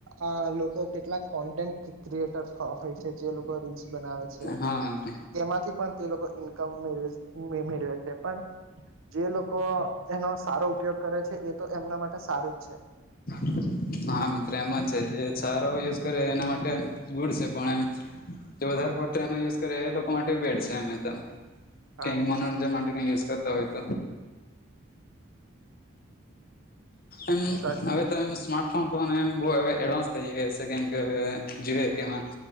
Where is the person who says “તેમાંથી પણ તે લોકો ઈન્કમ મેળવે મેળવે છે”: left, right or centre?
Right